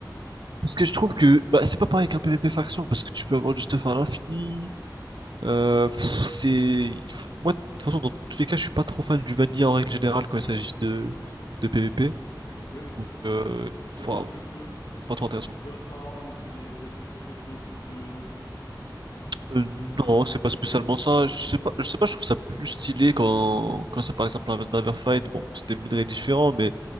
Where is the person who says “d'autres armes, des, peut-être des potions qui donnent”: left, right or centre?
Left